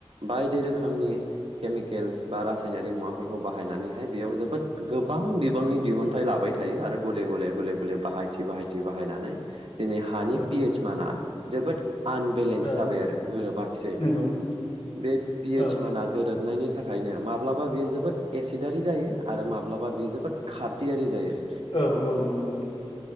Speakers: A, on the right; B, on the left.
A: बायदि रोखोमनि केमिकेल्स बा रासायनारि मुवाफोरखौ बाहायनानैहाय बेयाव जोबोद गोबां बिबांनि दिहुनथाइ लाबाय थायो आरो गले गले गले गले बाहायथि बाहायथि बाहायनानै दिनै हानि
B: औ
A: पिएच मानआ जोबोद आनबेलेन्स
B: औ
A: जाबाय आरो गोरोबाखिसै
B: नंगौ
A: बे पिएच
B: औ
A: माना दोरोद नायनि था खायनो माब्लाबा बियो जोबोद एसिडारि जायो आरो माब्लाबा बियो जोबोद खारदियारि जायो ।
B: औ औ नंगौ नोंथां।